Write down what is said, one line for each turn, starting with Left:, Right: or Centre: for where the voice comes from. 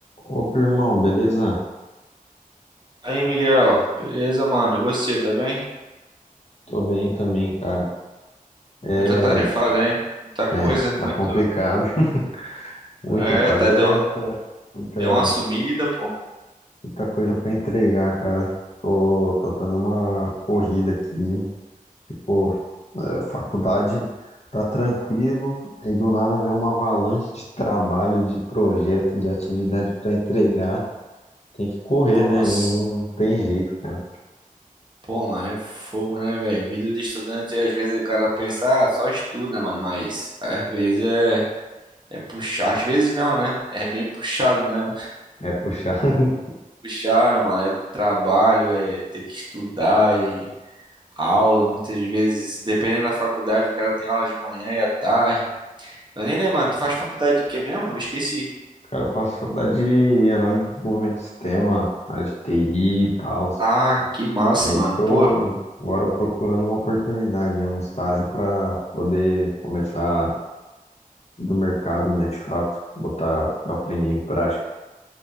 Left: Opa, irmão, beleza?
Right: Aí, Miguel, beleza, mano? E você, tá bem?
Left: Tô bem também, cara. É,
Right: Muita tarefada, hein? Muita coisa,
Left: é, tá
Right: muito.
Left: complicado. <laughs> Muita
Right: É,
Left: tarefa,
Right: tá, deu uma,
Left: muita,
Right: deu uma sumida, pô.
Left: muita coisa pra entregar, cara. Tô, tô dando uma corrida aqui. Tipo, é, faculdade tá tranquilo, aí do nada vem uma avalanche de trabalho, de projeto, de atividade pra entregar. Tem que correr,
Right: Nossa.
Left: né? Não, não tem jeito, cara.
Right: Pô, mano, é fogo, né, velho? Vida de estudante, às vezes o cara pensa, ah, só estuda, mano, mas às vezes é, é puxar, às vezes não, né? É bem puxado, né?
Left: É puxar. <laughs>
Right: <laughs> Puxado, mano, é trabalho, é ter que estudar e aula, muitas vezes, dependendo da faculdade, o cara tem aula de manhã e à tarde. Eu nem lembro, mano, tu faz faculdade de quê mesmo? Eu esqueci.
Left: Cara, eu faço faculdade de análise de desenvolvimento de sistema, área de TI e tal.
Right: Ah, que massa,
Left: Aí
Right: mano.
Left: tô
Right: Pô,
Left: agora procurando uma oportunidade, um estágio para poder começar do mercado, né, de fato, botar o que eu aprendi em prática.